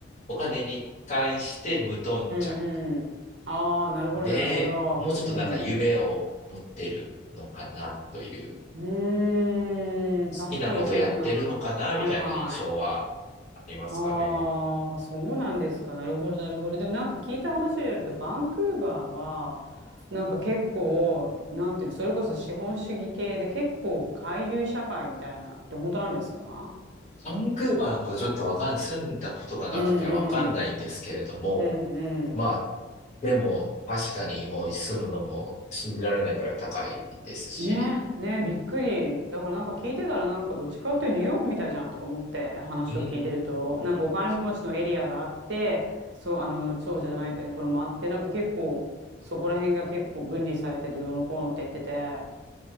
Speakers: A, on the left (about 35°); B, on the right (about 60°).
A: お金に関して無頓着
B: うん、うん。ああ、なるほど、
A: で、
B: なるほど。
A: もうちょっとなんか夢を持ってるのかなという、
B: うん、うん。
A: 好
B: うーん、確かにそんな。
A: きなことやってるのかなみたいな印象はありますかね。
B: はいはい。ああ、そうなんですか。なるほど、なるほど。でもなんか聞いた話によると、バンクーバーは、なんか結構、なんていうの、それこそ資本主義系で結構海流社会みたいなって本当なんですか
A: バンクーバーのことちょっとわかん、住んだことがなくてわかんないんですけれども、
B: うんうん。うん
A: まあ、
B: うん。
A: でも確かにもう住むのも信じられないくらい高いですし、
B: ね、ね、びっくり。だからなんか聞いてたらなんかどっちかっていうとニューヨークみたいじゃんとか思って話を聞いてると、
A: うんうんうんうん
B: なんかお金持ちのエリアがあって、そう、あの、そうじゃないとこれもあって、なんか結構そこら辺が結構分離されててどうのこうのって言ってて。